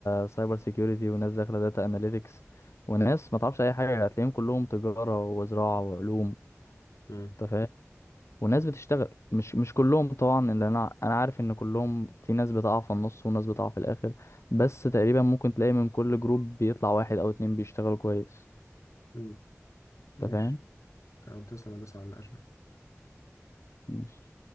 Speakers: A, on the left; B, on the left.
A: سايبر سيكيورتي وناس داخله داتا اناليتكس وناس ما تعرفش اي حاجه هتلاقيهم كلهم تجاره وزراعه وعلوم
B: مم.
A: انت فاهم وناس بتشتغل مش مش كلهم طبعا اللي انا انا عارف ان كلهم في ناس بتقع في النص وناس بتقع في الاخر بس تقريبا ممكن تلاقي من كل جروب بيطلع واحد او اتنين بيشتغلوا كويس
B: مم. ماشي
A: انت
B: تمام تسلم يا هندسة على النقاش ده
A: فاهم